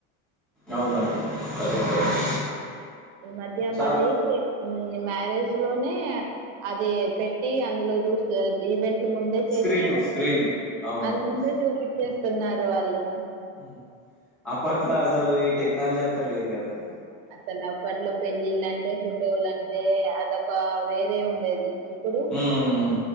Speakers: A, in the centre; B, on the right.
A: అవునండి కరెక్ట్ అది
B: ఈ మధ్య
A: చాల్
B: మళ్లీ మ్యారేజ్ లోనే అది పెట్టి అందులో జూసి ఈవెంట్ అట్లా ముందే చేసి
A: స్క్రీను.
B: మొత్తం
A: స్క్రీన్. అవునవును.
B: అది ముందే చూపించేస్తున్నారు వాళ్లు
A: ఉమ్మ్ అప్పట్ల అసలు ఈ టెక్నాలజీ అంతా లేదు కదండి
B: అసలు అప్పట్లో పెళ్లిళ్లల అంటే ఫోటోలు అంటే అదొక వేరే ఉండేది ఇప్పుడు
A: హ్మ్.